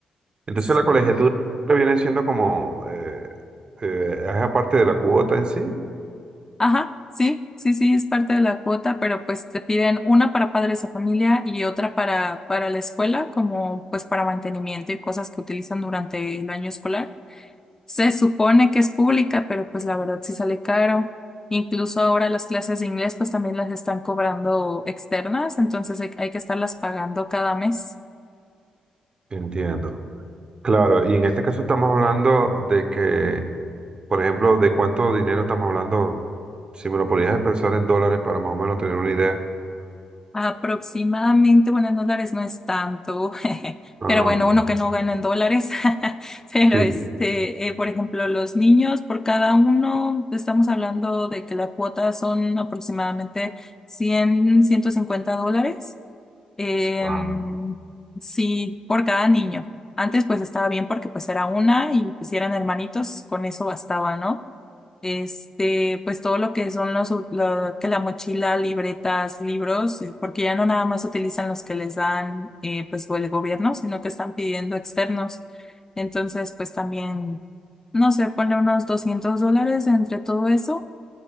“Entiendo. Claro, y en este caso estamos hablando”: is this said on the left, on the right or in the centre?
Right